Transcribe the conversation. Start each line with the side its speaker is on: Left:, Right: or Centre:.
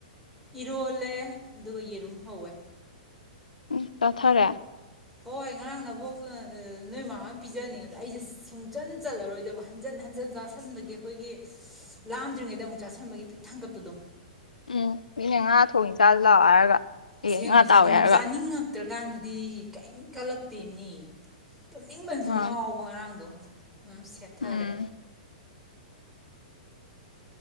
Centre: ꯏꯔꯣꯜꯂꯦ ꯑꯗꯨꯒ ꯌꯦꯔꯨꯝ ꯍꯧꯋꯦ
Left: ꯎ ꯆꯥꯊꯔꯦ
Centre: ꯍꯣꯏ ꯉꯔꯥꯡ ꯅꯕꯣꯛ ꯅꯣꯏ ꯃꯍꯥ ꯄꯤꯖꯅꯤꯡꯉꯗ ꯑꯩꯁꯦ ꯁꯨꯡꯆꯟ ꯆꯠꯂꯔꯣꯏꯗꯕ ꯍꯟꯖꯟ ꯍꯟꯖꯟ ꯆꯥꯁꯟꯕꯒꯤ ꯑꯩꯈꯣꯏꯒꯤ ꯂꯥꯝꯗ꯭ꯔꯤꯉꯩꯗ ꯑꯃꯨꯛ ꯆꯥꯁꯟꯕꯒꯤ ꯄꯤꯛ ꯊꯥꯡꯒꯠꯄꯗꯣ
Left: ꯎꯝ ꯃꯤꯅꯦ ꯉꯥ ꯊꯣꯡꯏ ꯆꯥꯖꯤ ꯂꯥꯛꯑꯣ ꯍꯥꯏꯔꯒ ꯑꯦ
Centre: ꯑꯁꯦꯡꯕꯩ
Left: ꯉꯥ
Centre: ꯆꯥꯅꯤꯡꯗꯕ
Left: ꯇꯥꯎꯋꯦ ꯍꯥꯏꯔꯒ
Centre: ꯆꯥꯅꯤꯡꯉ ꯉꯛꯇ꯭ꯔꯀꯥꯟꯗꯗꯤ ꯀꯔꯤꯝ ꯀꯠꯂꯛꯇꯦꯅꯤ ꯇꯨꯝꯅꯤꯡꯕꯅꯁꯨ
Left: ꯑ
Centre: ꯉꯥꯎꯕ ꯉꯔꯥꯡꯗꯣ ꯑꯗꯨꯝ ꯁꯦꯠꯊꯔꯦ
Left: ꯎꯝ